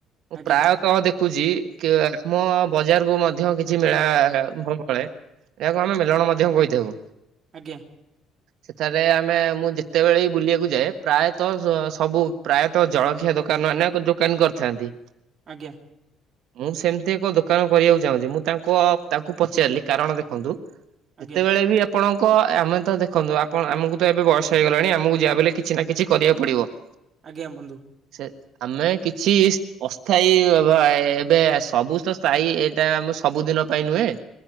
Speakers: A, on the right; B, on the right.
A: ମୁଁ
B: ଆଜ୍ଞା
A: ପ୍ରାୟତଃ ଦେଖୁଛି କି ଆମ ବଜାରକୁୁ ମଧ୍ୟ କିଛି ମେଳା ଭଲ ପଳେ ଏହାକୁ ଆମେ ମେଲଣ ମଧ୍ୟ କହିଥାଉ।
B: ଆଜ୍ଞା।
A: ସେଠାରେ ଆମେ ମୁଁ ଯେତେବେଳେ ବି ବୁଲିବାକୁ ଯାଏ ପ୍ରାୟତଃ ସ ସବୁ ପ୍ରାୟ ତ ଜଳଖିଆ ଦୋକାନ ମାନେ ଦୋକାନ କରିଥାନ୍ତି।
B: ଆଜ୍ଞା।
A: ମୁଁ ସେମିତି ଏକ ଦୋକାନ କରିବାକୁ ଚାହୁଁଛି। ମୁଁ ତାଙ୍କ ତାଙ୍କୁ ପଚାରିଲି କାରଣ ଦେଖନ୍ତୁ
B: ଆଜ୍ଞା
A: ଯେତେବେଳେ ବି ଆ ଆପଣଙ୍କ ଆମେ ତ ଦେଖନ୍ତୁ ଆପଣ ଆମକୁ ତ ଏବେ ବୟଷ ହେଇଗଲାଣି, ଆମକୁ ଯାହା ବି ହେଲେ କିଛି ନା କିଛି କରିବାକୁ ପଡିବ।
B: ଆଜ୍ଞା ବନ୍ଧୁ।
A: ସେ ଆମେ କିଛି ଅ ଥାଇ ହବା, ଏବେ ସବୁ ତ ସ୍ଥାୟୀ ଏଇଟା ଆମ ସବୁଦିନ ପାଇଁ ନୁହେଁ